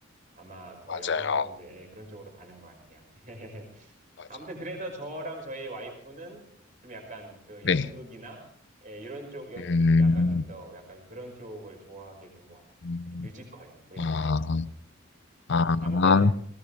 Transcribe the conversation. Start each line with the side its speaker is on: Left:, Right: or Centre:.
Right: 아마 더
Left: 맞아요,
Right: 영화도 이제 예, 그런 쪽으로 가는 것 같아요. <laughs>
Left: 맞아요.
Right: 아무튼 그래서 저랑 저희 와이프는 좀 약간 그
Left: 네.
Right: 연극이나 예, 이런 쪽 연,
Left: 음,
Right: 좀 약간 좀 더 약간 그런 쪽을 좋아하게 된 것 같아요.
Left: 음,
Right: 예, 뮤지컬 뭐 이런
Left: 아,
Right: 거.
Left: 아,
Right: 아무튼